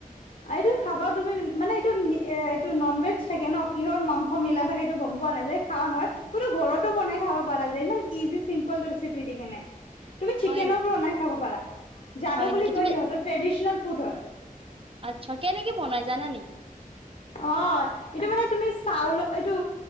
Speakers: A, on the left; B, on the right.
A: এইটো খাবা তুমি মানে এইটো এইটো নন ভেজ থাকে ন কিহৰ মাংস মিলা থাকে এইটো গম আৰে এটো খাব তুমি মানে এটো ননবেজ থাকে নহঁ কিহৰ মাংস মিলা থাকে সেটো গম পোৱা নাযায় খোৱা নহয় কোনো ঘৰতো বনাই খাব পৰা যায় ইমান ইজি চিম্পল ৰেচিপি দি কিনে তুমি চিকেনৰ
B: হয় নেকি
A: বনাই খাব পাৰা যাদু
B: হয়
A: বুলি
B: নেকি
A: কয়
B: তুমি
A: সিহঁতৰ ট্রেডিশনেল ফুট হয়
B: ছাককে নেকি বনাই জানা নেকি?
A: অহঁ, ইটো মানে তুমি চাউল এইটো